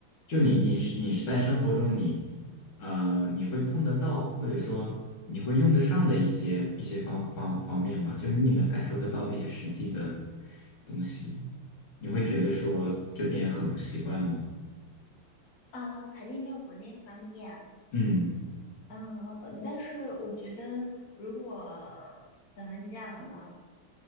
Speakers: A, on the left; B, on the left.
A: 就你你是你是在生活中你。呃，你会碰得到，或者说你会用得上的一些一些方方方面吧，就是你能感受得到的一些实际的东西，你会觉得说这边很不习惯吗？
B: 啊、肯定没有国内方便。
A: 嗯
B: 嗯、呃但是我觉得，如果怎么讲呢？